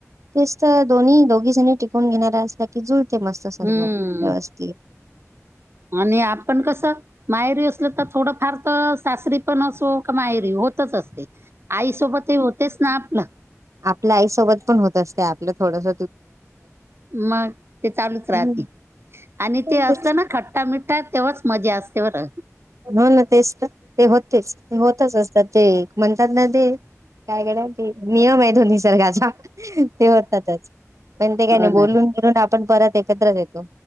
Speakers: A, on the right (about 70°); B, on the right (about 50°).
A: तेच त दोन्ही दोघी जणी टिकून घेणाऱ्या असल्या कि जुळते मस्त सर्व
B: हम्म
A: व्यवस्थित.
B: आणि आपण कस माहेरी असल त थोडंफार त सासरी पण असो माहेरी होतच असते, आईसोबत हे होतेच ना आपलं.
A: आपल्या आईसोबत पण होत असते आपलं थोडंस.
B: मग ते चालूच राहती
A: हम्म
B: आणि ते
A: तेच
B: असलं ना खट खट्टा मिठ्ठा तेव्हाच मजा असते बरं.
A: हो ना तेच त ते होतेच ते होतच असतात, ते म्हणतात ना. ते काय गडया ते नियम आहे तो निसर्गाचा. ते होतातच पण ते काय
B: हो
A: नाही बोलून
B: ना
A: फिरून आपण परत एकत्रच येतो.